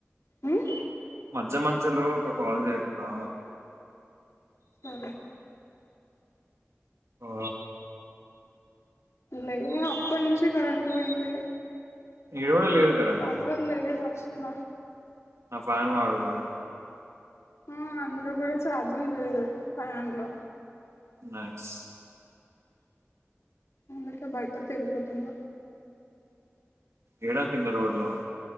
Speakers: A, on the left; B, on the right.
A: ఉమ్
B: మజ్జ మజ్జలో ఒక కాల్ చేయట్లా
A: సరె
B: ఆ
A: లే అప్పట్నుంచి కరెంట్ పోయింది
B: ఈడ కూడా లేదు కరెంట్
A: పవర్ లేదు అస్సల
B: నా ఫ్యాన్ వాడు మరి
A: ఆ అందులో కూడ ఛార్జింగ్ లేదు ఫ్యాన్లో
B: నైస్
A: అందుకే బయట తిరుగుతున్న
B: ఏడ కింద రోడ్లో నా